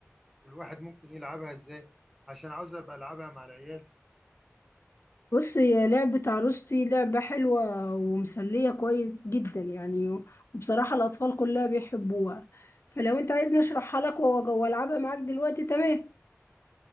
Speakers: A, in the centre; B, on the left (about 55°).
A: والواحد ممكن يلعبها ازاي عشان عاوز ابقى العبها مع العيال
B: بص هي لعبة عروستي لعبة حلوة ومسلية كويس جدا يعني وبصراحة الأطفال كلها بيحبوها فلو أنت عايز نشرحها لك وأج- وألعبها معاك دلوقتي تمام